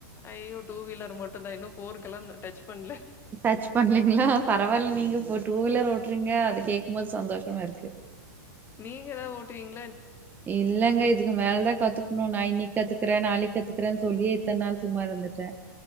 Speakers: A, on the left; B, on the right.
A: ஐயோ! டூ வீலர் மட்டுதா இன்னு ஃபோர்கெல்லான் டச் பண்ல
B: டச் பண்லைங்களா பரவாயில்ல நீங்க ஃபோ டூ வீலர் ஓடுறீங்க அது கேக்கும்போது சந்தோஷமா இருக்கு
A: நீங்க எதா ஓட்டுவீங்
B: இல்லங்க இ இதுக்கு மேலதா கத்துக்கணு நா இனிக்கி கத்துக்கறே நாளைக்கு இதுக்கறேன்னு சொல்லியே இத்தன நாள் சும்மா இருந்துட்டே